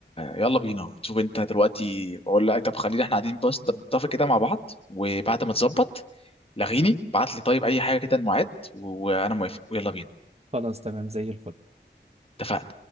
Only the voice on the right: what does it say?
خلاص تمام زي الفل